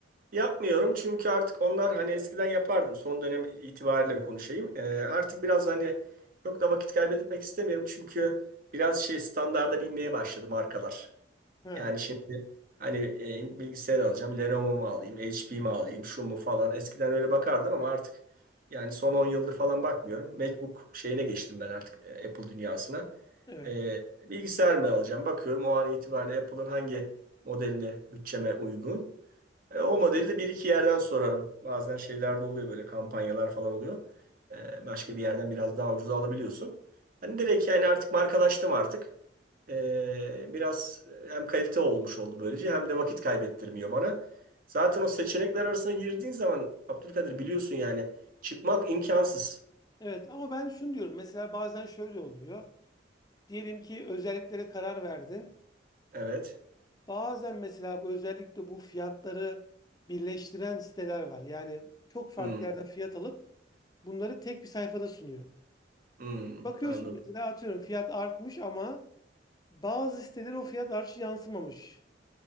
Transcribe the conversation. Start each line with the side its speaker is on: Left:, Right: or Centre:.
Right: Yapmıyorum çünkü artık onlar hani eskiden yapardım. Son dönem itibariyle konuşayım. E, artık biraz hani çok da vakit kaybetmek istemiyorum çünkü biraz şey standarda binmeye başladı markalar.
Left: He,
Right: Yani şimdi hani e, bilgisayar alacağım, Lenovo mu alayım, HP mi alayım, şu mu falan. Eskiden öyle bakardım ama artık yani son 10 yıldır falan bakmıyorum. MacBook şeyine geçtim ben artık e, Apple dünyasına.
Left: evet.
Right: E, bilgisayar mı alacağım? Bakıyorum o an itibariyle Apple'ın hangi modeline bütçeme uygun. E, o modeli de bir iki yerden sorarım. Bazen şeyler de oluyor böyle kampanyalar falan oluyor. E, başka bir yerden biraz daha ucuza alabiliyorsun. Hani direkt yani artık markalaştım artık. Ee, biraz hem kalite olmuş oldu böylece hem de vakit kaybettirmiyor bana. Zaten o seçenekler arasına girdiğin zaman Abdülkadir biliyorsun yani çıkmak imkansız.
Left: Evet ama ben şunu diyorum. Mesela bazen şöyle oluyor. Diyelim ki özelliklere karar verdin.
Right: Evet.
Left: Bazen mesela bu özellikle bu fiyatları birleştiren siteler var. Yani çok farklı
Right: Hmm,
Left: yerden fiyat alıp bunları tek bir sayfada sunuyor.
Right: hmm,
Left: Bakıyorsun
Right: anladım.
Left: mesela atıyorum fiyat artmış ama bazı siteler o fiyat artışı yansımamış.